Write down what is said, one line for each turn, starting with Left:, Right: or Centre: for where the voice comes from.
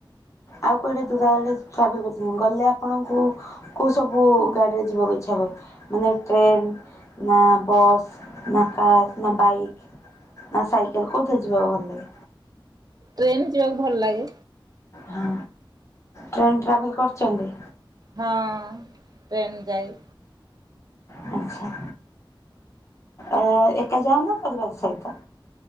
Left: ଆଉ କୁଆଡେ ଦୂର ଆଡେ ଟ୍ରାଭେଲ କରିଛନ୍ତି ଗଲେ ଆପଣଙ୍କୁ କୋଉ ସବୁ ଗାଡିରେ ଯିବାକୁ ଇଚ୍ଛା ହୁଏ ମାନେ ଟ୍ରେନ ନା ବସ୍ ନା କାର୍ ନା ବାଇକ୍ ନା ସାଇକେଲ କୋଉଥିି ଯିବା ଭଲ ଲାଗେ?
Right: ଟ୍ରେନ ଯିବାକୁ ଭଲ ଲାଗେ।
Left: ହଁ ଟ୍ରେନ୍ ଟ୍ରାଭେଲ କରୁଛନ୍ତି?
Right: ହଁ ଟ୍ରେନ୍ ଯାଇ
Left: ଆଚ୍ଛା। ଏ ଏକ ଯା ନାଁ ପରିବାର ସହିତ?